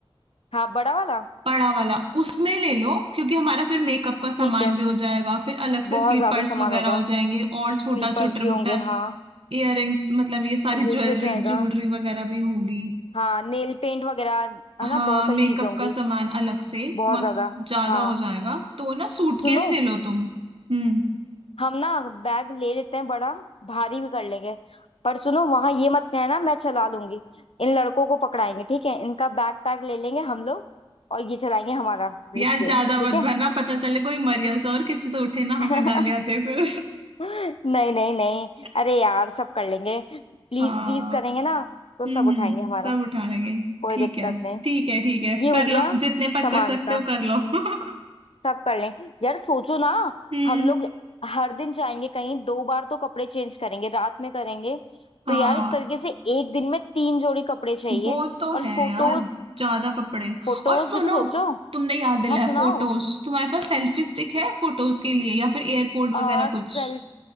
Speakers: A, on the left; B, on the right.
A: हाँ बड़ा वाला
B: बड़ा वाला उसमें ले लो क्योंकि हमारा फिर मेकअप का सामान
A: ठीक है
B: भी हो जाएगा फिर अलग से
A: बहुत
B: स्लीपर्स
A: ज्यादा सामान
B: वगैरह
A: होगा
B: हो जाएंगे और छोटा
A: स्लीपर्स
B: चुटर
A: भी होंगे
B: मुटर
A: हाँ
B: इयररिंग्स मतलब ये सारी
A: ये
B: ज्वेलरी
A: भी हो जाएगा
B: ज्वेलरी वगैरह भी होगी
A: हाँ नेल पेंट वगैरह है ना
B: हाँ
A: बहुत सारी
B: मेकअप
A: चीजें होंगी
B: का सामान अलग से
A: बहुत
B: बहुत
A: ज्यादा
B: ज्यादा
A: हाँ
B: हो जाएगा तो ना सूटकेस
A: सुनो
B: ले लो तुम हम्म
A: हम ना बैग ले लेते हैं बड़ा भारी भी कर लेंगे पर सुनो वहां ये मत कहना मैं चला लूंगी इन लड़कों को पकड़ाएंगे ठीक है इनका बैग पैक ले लेंगे हम लोग और ये चलाएंगे हमारा ब्रीफ
B: यार
A: केस
B: ज्यादा
A: ठीक
B: मत
A: है
B: भरना पता चले कोई मरियल्स और किसी तो उठे ना
A: <laughs>
B: हमें गालियां दे फिर
A: नहीं नहीं नहीं
B: <laughs>
A: अरे यार सब कर लेंगे प्लीज
B: हाँ
A: प्लीज करेंगे ना तो
B: हम्म
A: सब उठाएंगे
B: हम्म,
A: हमारा
B: सब उठा लेंगे
A: कोई
B: ठीक
A: दिक्कत
B: है
A: नहीं
B: ठीक है ठीक है
A: ये हो
B: कर
A: गया
B: लो जितने पर
A: सामान
B: कर सकते
A: का
B: हो कर लो <laughs>
A: सब कर लें यार सोचो ना
B: हम्म
A: हम लोग हर दिन जाएंगे कहीं दो बार तो कपड़े चेंज करेंगे रात में करेंगे
B: हाँ
A: तो यार इस तरीके से एक दिन में तीन जोड़ी कपड़े चाहिए
B: वो तो
A: और
B: है
A: फोटोज
B: यार ज्यादा कपड़े
A: फोटोज
B: और सुनो
A: भी तो सोचो
B: तुमने याद दिलाया
A: हाँ सुनाओ
B: फोटोज तुम्हारे पास सेल्फी स्टिक है फोटोज के लिए या फिर एयरपोर्ट
A: आ,
B: वगैरह
A: सेल
B: कुछ